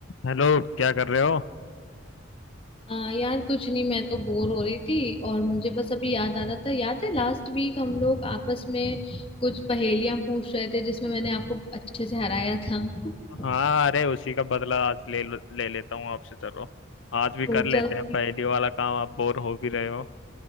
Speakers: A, on the left; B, on the left.
A: हेलो क्या कर रहे हो
B: आ, यार कुछ नहीं मैं तो बोर हो रही थी और मुझे बस अभी याद आ रहा था याद है लास्ट वीक हम लोग आपस में कुछ पहेलियां पूछ रहे थे जिसमें मैंने आपको अच्छे से हराया था <laughs>
A: हाँ अरे उसी का बदला आज ले लो- ले लेता हूँ आपसे चलो आज भी कर
B: ओ
A: लेते
B: चलो
A: हैं
B: ठीक
A: पहली वाला काम आप बोर हो भी रहे हो